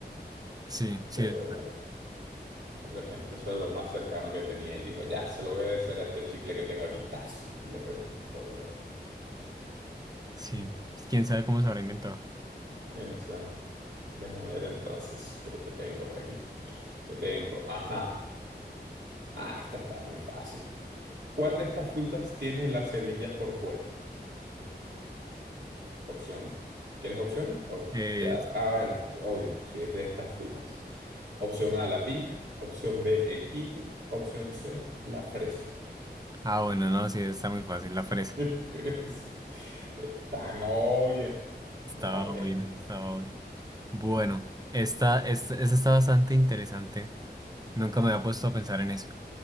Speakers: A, on the right (about 20°); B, on the right (about 85°).
A: Sí, sí,
B: Pero
A: de pronto,
B: bueno, de repente eso es lo más cercano que tenía y dijo, ya, se lo voy a hacer a este chicle que tengo aquí, ¡tas! Y le pegó código de barras.
A: sí.
B: <laughs>
A: ¿Quién sabe cómo se habrá inventado?
B: Exacto. Déjame ver entonces qué te tengo por aquí. Te tengo, ajá. Ah, esta está muy fácil. ¿Cuál de estas frutas tiene las semillas por fuera? Opción. ¿Quieres opciones? O
A: Eh,
B: ya. Ah, bueno, odio si es de estas frutas. Opción A, la piña. Opción B, el kiwi. Opción C, la fresa.
A: ah, bueno, no, sí, está muy fácil. La fresa.
B: <laughs> Sí. Es tan obvia.
A: Estaba
B: Ya, bueno.
A: bien, estaba bien. Bueno, esta, esta, esta está bastante interesante. Nunca me había puesto a pensar en eso.